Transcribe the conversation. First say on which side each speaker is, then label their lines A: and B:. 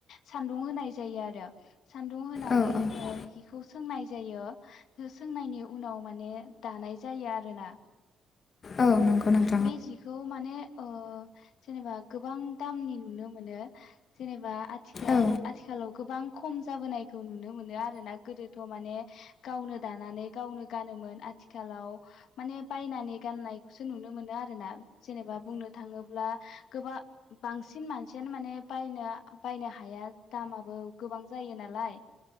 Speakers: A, on the left (about 75°); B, on the left (about 50°).
A: सान्दुं होनाय जायो आरो सान्दुं होनानै
B: औ औ
A: ओ हिखौ सोंनाय जायो सोंनायनि उनाव माने दानाय जायो आरोना
B: औ नंगौ नोंथां।
A: बे जि थौ माने ओ जेनेबा गोबां दामनि नुनो मोनो जेनेबा आथिखाल
B: औ
A: आथिखालाव गोबां खम जाबोनायखौ नुनो मोनो आरोना गोदोथ' माने गावनो दानानै गावनो गानोमोन आथिखालाव माने बायनानै गाननाय खौसो नुनो मोनो आरो ना जेनेबा बुंनो थाङोब्ला गोबां बांसिन मानसियानो माने बायनो बायनो हाया दामाबो गोबां जायो नालाय